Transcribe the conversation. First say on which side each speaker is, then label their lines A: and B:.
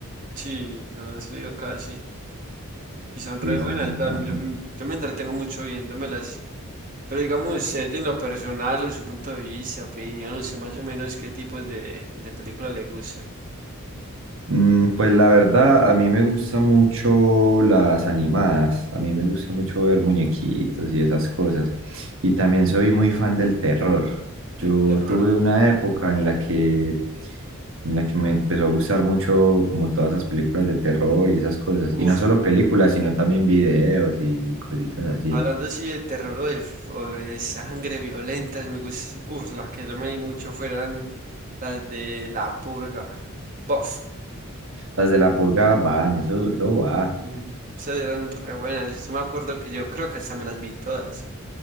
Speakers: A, on the right; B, on the right.
A: Sí, no han salido casi. Y son
B: Sí,
A: re
B: esa
A: buenas,
B: cinta.
A: pero a mí- yo, m- yo me entretengo mucho viéndomelas. Pero digamos usted en lo personal, o su punto de vista, opinión, no sé más o menos qué tipos de, de películas le gustan.
B: Mm, Pues la verdad, a mí me gustan mucho las animadas, a mí me gusta mucho ver muñequitos y esas cosas. Y también soy muy fan del terror.
A: Del
B: Yo
A: terror.
B: tuve una época en la que, en la que me empezó a gustar mucho como todas esas películas de terror y esas cosas. Y
A: Uf.
B: no solo películas, sino también videos y cositas así.
A: Hablando así de terror o de, o de sangre violenta, me gusta, uf, la que yo me vi mucho fueran las de La Purga. Bof.
B: Las de la purga van, eso, eso va.
A: Ujú. Esas eran re buenas. Yo sí me acuerdo que yo creo que hasta me las vi todas.